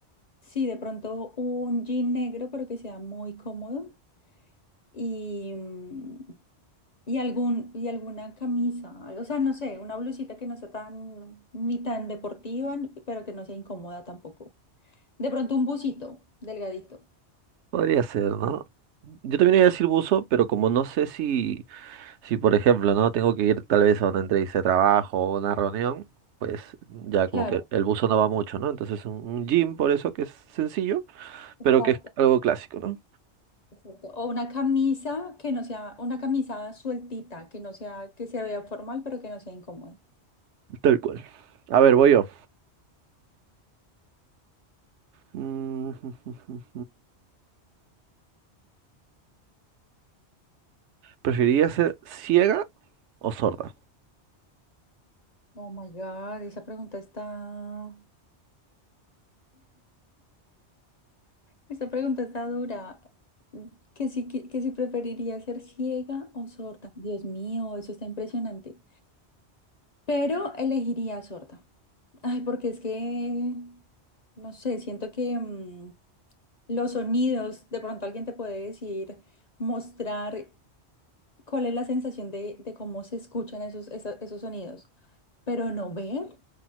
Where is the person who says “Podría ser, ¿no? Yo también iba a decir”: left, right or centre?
Right